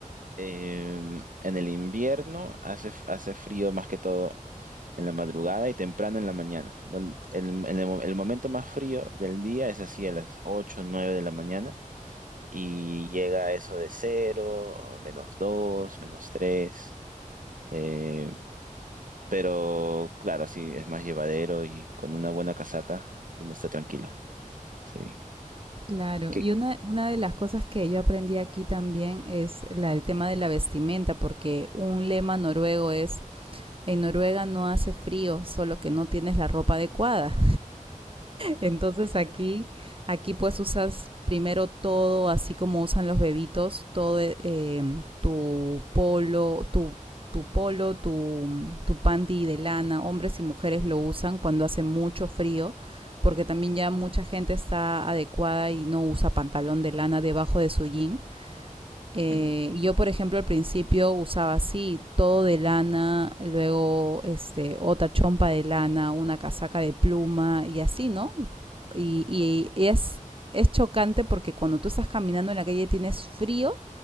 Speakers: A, on the right (about 75°); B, on the right (about 40°).
A: Em, en el invierno hace, f- hace frío más que todo en la madrugada y temprano en la mañana. Don- el, en el mo- el momento más frío del día es así a las 8 o 9 de la mañana y llega a eso de cero o menos dos menos 3. eh, pero claro, sí, es más llevadero y con una buena casaca uno está tranquilo. Sí.
B: Claro,
A: ¿Qué?
B: y una, una de las cosas que yo aprendí aquí también es la, el tema de la vestimenta, porque un lema noruego es, en Noruega no hace frío, solo que no tienes la ropa adecuada. Entonces aquí, aquí pues usas primero todo, así como usan los bebitos, todo eh, em, tu polo, tu, tu polo, tu, mm, tu panty de lana, hombres y mujeres lo usan cuando hace mucho frío, porque también ya mucha gente está adecuada y no usa pantalón de lana debajo de su jean. Eh,
A: Mm,
B: yo, por ejemplo, al principio usaba así, todo de lana, luego este, otra chompa de lana, una casaca de pluma y así, ¿no? Y, y- y es, es chocante porque cuando tú estás caminando en la calle tienes frío